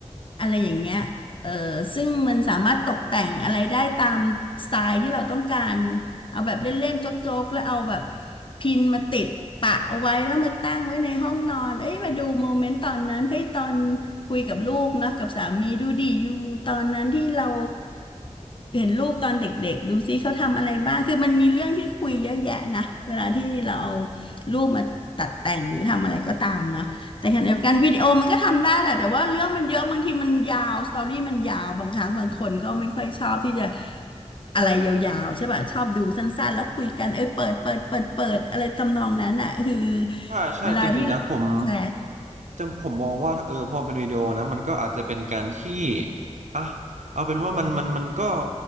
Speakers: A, on the left; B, on the right.
A: อะไรอย่างเงี้ยเออซึ่งมันสามารถตกแต่งอะไรได้ตามสไตล์ที่เราต้องการเอาแบบเล่นๆโจ๊กๆแล้วเอาแบบพินมาติดปะเอาไว้แล้วมาตั้งไว้ในห้องนอนเอ้ยมาดูโมเมนต์ตอนนั้นเฮ้ยตอนคุยกับลูกเนาะกับสามีดูดิอยู่ตอนนั้นที่เราเห็นลูกตอนเด็กๆดูซิเขาทำอะไรบ้างคือมันมีเรื่องที่คุยเยอะแยะนะเวลาที่เราเอารูปมาตัดแต่งหรือทำอะไรก็ตามเนาะ แต่ขณะเดียวกันวิดีโอมันก็ทำได้แหละแต่ว่าเรื่องมันเยอะบางทีมันยาวสตอรี่มันยาวบางครั้งบางคนก็ไม่ค่อยชอบที่จะอะไรยาวๆใช่ป่ะชอบดูสั้นๆแล้วคุยกันเอ้ยเปิดเปิดเปิดเปิดอะไรทำนองนั้นอ่ะคือ
B: ใช่ใช่จริงๆนะผม
A: เวลาที่เราแชร์
B: จังผมมองว่าเออพอมันเป็นวิดีโอนะมันก็อาจจะเป็นการที่อ่ะเอาเป็นว่ามันมันมันก็